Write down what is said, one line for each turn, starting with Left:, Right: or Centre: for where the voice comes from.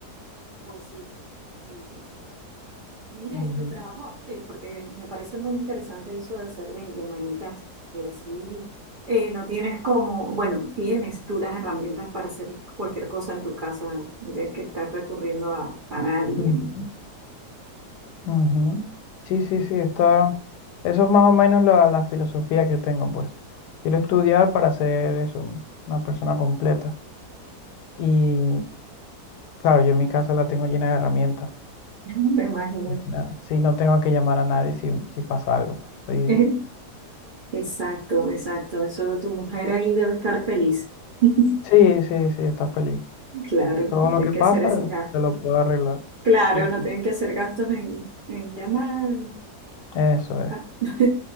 Right: pues sí, sí, sí, sí. Mira,
Left: Ujú,
Right: y tu trabajo, eh, porque me parece muy interesante eso de hacer de, de manitas, que así eh, no tienes como, bueno, tienes tú las herramientas para hacer cualquier cosa en tu casa, no No tienes que estar recurriendo a, a nadie,
Left: ujú,
Right: ¿no? <laughs>
Left: ujú. Sí, sí, sí, está. Eso es más o menos la, la filosofía que tengo, pues. Quiero estudiar para ser eso, una persona completa. Y claro, yo en mi casa la tengo llena de herramientas.
Right: No me imagino.
Left: O sea, sí, no tengo que llamar a nadie si, si pasa algo, pues. Soy...
Right: <laughs> Exacto, exacto. Eso tu mujer ahí debe estar feliz. <laughs>
Left: Sí, sí, sí, está feliz.
Right: Claro,
Left: Todo
Right: tiene
Left: lo que
Right: que
Left: pasa,
Right: hacer ese gasto.
Left: se lo puedo arreglar.
Right: Claro,
Left: Sí, sí.
Right: no tienen que hacer gastos en, en llamar.
Left: Eso es,
Right: Ah, <laughs>